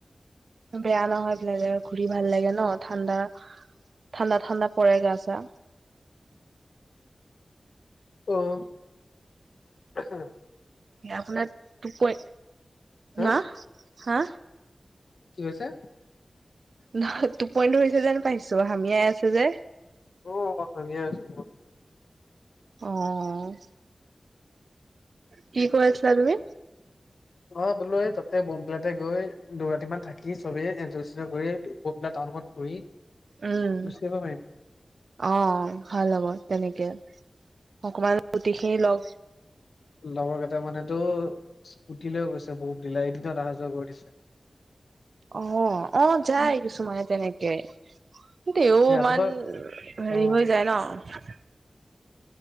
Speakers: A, on the right; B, on the left.
A: বেয়া নহয় বিলাকে ঘুৰি ভাল লাগে ন, ঠাণ্ডা ঠাণ্ডা ঠাণ্ডা পৰে গা চা।
B: অ' তাকে।
A: নে আপোনাৰ তোক কৈ,
B: হা
A: না হা?
B: কি হৈছে?
A: নহ, টোপনিটো ধৰিছে যেন পাইছো হামিয়াই আছে যে।
B: অ বা ভনিয়ে আছো মই।
A: অঁ'। কি কয় আছিলা তুমি?
B: অ বোলো এই তাতে বোমবিলাতে গৈ দৌৰাতি মান থাকি চবেই এঞ্জয় - চেঞ্জয় কৰি বোমবিলা টাউনখনত ফুৰি
A: উম
B: গুচি আহিব পাৰিম।
A: অহ ভাল হ'ব তেনেকে। অকমান গোটেইখিনি লগ
B: লগৰকেইটা মানেতো স্কুটি লৈ গৈছে বহুত দিলাই এ দিনত অহা যোৱা কৰি দিছে।
A: অহ, অ যায় কিছুমানে তেনেকে। দেও
B: এই
A: ইমান
B: ৰাতিপুৱা
A: হেৰি
B: অ
A: হৈ যায় ন